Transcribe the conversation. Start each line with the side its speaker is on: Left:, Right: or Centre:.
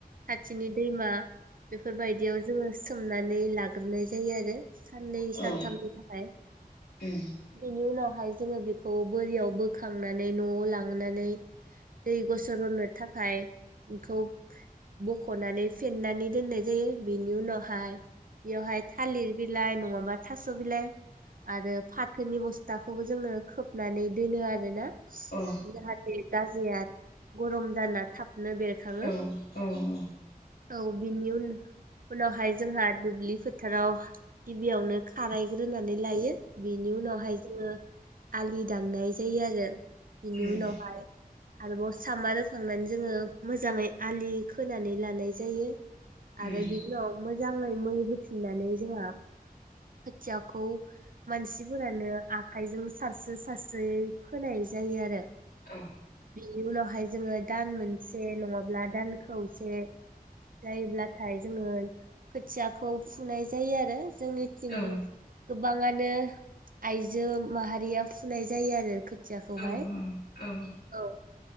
Right: खाथिनि दैमा बेफोरबायदियाव जोङो सोमनानै लाग्रोनाय जायो आरो। साननै
Left: औ
Right: सानथामनि थाखाय
Left: उम
Right: बेनि उनावहाय जोङो बेखौ बोरियाव बोखांनानै न'आव लांनानै दै गसर रनो थाखाय बेखौ मख'नानै फेन्नानै दोननाय जायो। बेनि उनावहाय बेयावहाय थालिर बिलाइ, नङाबा थास' बिलाइ, आरो फाथोनि बस्थाखौबो जोङो खोबनानै दोनो आरोना
Left: औ
Right: जाहाथे जया गरम जानला थाबनो बेरखाङो।
Left: औ औ उम
Right: औ बिनि उनाव उनावहाय जोंहा दुब्लि फोथाराव गिबियावनो खारायग्रोनानै लायो। बिनि उनावहाय जोङो आलि दाननाय जायो आरो।
Left: उम
Right: बेनि उनावहाय आरोबाव सामा रोखांनानै जोङो मोजाङै आलि खोनानै लानाय जायो।
Left: उम
Right: आरो बिनि उनाव मोजाङै मै होफिननानै जोंहा खोथियाखौ मानसिफोरानो आखायजों सारसो सारस्रियै फोनाय जायो आरो।
Left: औ
Right: बेनोहाय जों। दान मोनसे नङाब्ला दान खौसे जायोब्लाथाय जोङो खोथियाखौ फुनाय जायो आरो। जोंनिथिं
Left: औ
Right: गोबांआङानो आइजो माहारिया फुनाय जायो आरो। खोथियाखौहाय।
Left: औ औ
Right: औ,